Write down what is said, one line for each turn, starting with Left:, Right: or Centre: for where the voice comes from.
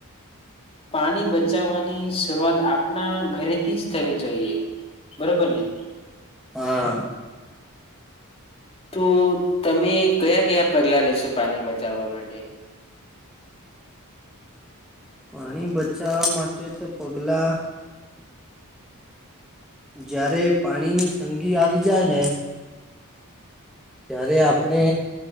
Left: પાણી બચાવવાની શરૂઆત આપણા ધરેથી જ થવી જોઈએ. બરોબર ને.
Centre: હા.
Left: તો તમે કયા કયા પગલા લેશો પાણી બચાવવા માટે?
Centre: પાણી બચાવવા માટે તો પગલા જયારે પાણીની તંગી આવી જાય ને ત્યારે આપણે